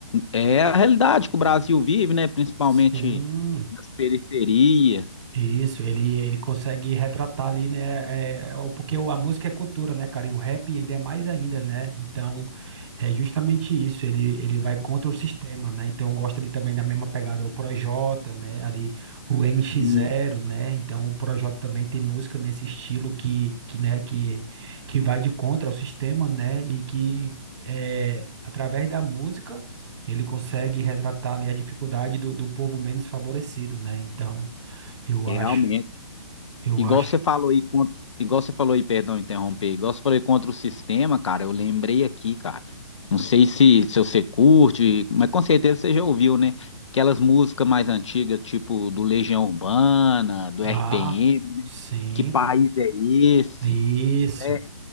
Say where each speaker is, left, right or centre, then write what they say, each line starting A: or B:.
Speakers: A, on the left; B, on the right.
A: é a realidade que o Brasil vive, né? Principalmente
B: Sim.
A: nas periferias.
B: Isso, ele, ele consegue retratar ali, né? é, é, o- porque o- a música é cultura, né, cara? E o rap ainda é mais ainda, né? Então, é justamente isso. Ele, ele vai contra o sistema, né? Então, eu gosto ali também da mesma pegada, é o Projota, né? Ali, o NX
A: E
B: Zero, né? Então, o Projota também tem música nesse estilo que, que, né? Que, que vai de contra ao sistema, né? E que, é, através da música, ele consegue retratar ali a dificuldade do, do povo menos favorecido, né? Então. Eu
A: realmente.
B: acho, eu
A: Igual
B: acho.
A: você falou aí, con- igual você falou aí, perdão, interromper, igual você falou aí contra o sistema, cara, eu lembrei aqui, cara. Não sei se, se você curte, mas com certeza você já ouviu, né? Aquelas músicas mais antigas, tipo do Legião Urbana, do RPM,
B: Ah, cinco.
A: né? que país é esse?
B: Isso.
A: É,